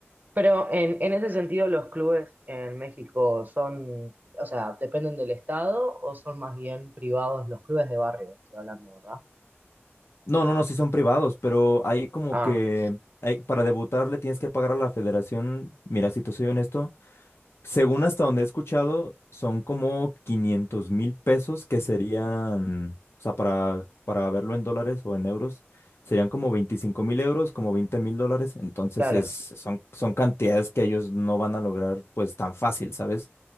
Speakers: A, on the right (about 40°); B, on the left (about 65°).
A: Pero en, en ese sentido, los clubes en México son, o sea, dependen del estado o son más bien privados los clubes de barrio, estoy hablando, ¿verdad?
B: No, no, no, sí son privados, pero hay como
A: Ah,
B: que... hay- para debutar le tienes que pagar a la federación. Mira, si te soy honesto, Según hasta donde he escuchado, son como quinientos mil pesos que serían, o sea, para, para verlo en dólares o en euros, serían como veinticinco mil euros, como veinte mil dólares. Entonces
A: claro.
B: es, son, son cantidades que ellos no van a lograr pues tan fácil, ¿sabes?